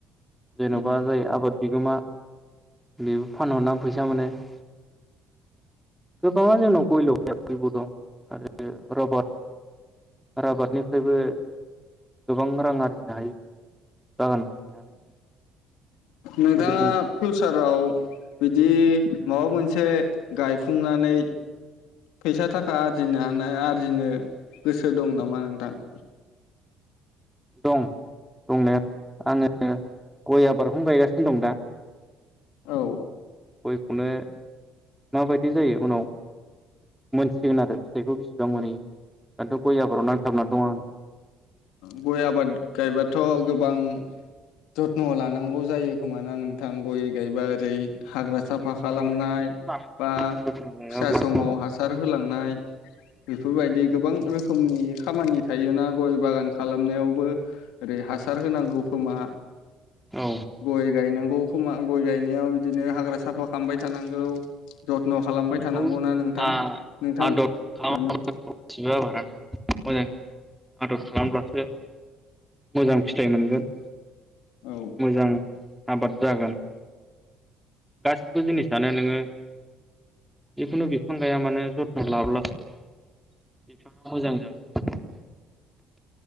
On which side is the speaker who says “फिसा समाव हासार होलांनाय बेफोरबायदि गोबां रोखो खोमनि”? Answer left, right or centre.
Left